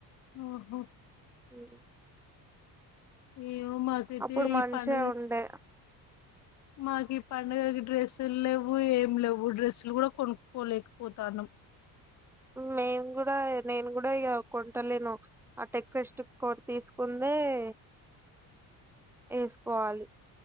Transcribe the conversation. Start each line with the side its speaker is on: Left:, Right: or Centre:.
Left: ఆహా
Centre: మ్మ్ హ్హ్
Left: ఏమో మాకైతే
Centre: అప్పుడు మంచిగా
Left: ఈ పండుగ
Centre: ఉండే
Left: మాకి పండుగకి డ్రెస్సులు లేవు ఏం లేవు డ్రెస్సులు కూడా కొనుక్కోలేకపోతానం <inaudible>
Centre: మేము కూడా నేను కూడా ఇగ కొంటలేను ఆ ఫెస్టివల్ కే తీసుకుంది ఏ వేసుకోవాలి